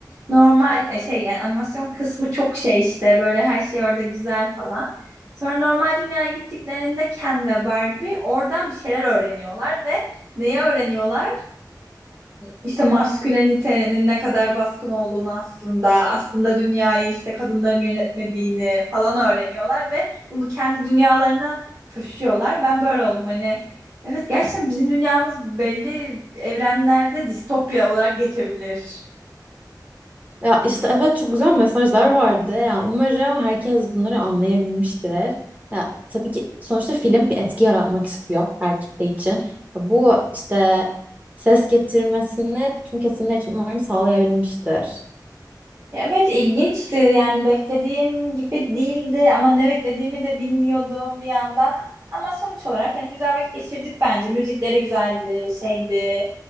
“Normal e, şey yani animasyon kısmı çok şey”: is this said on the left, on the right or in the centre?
Right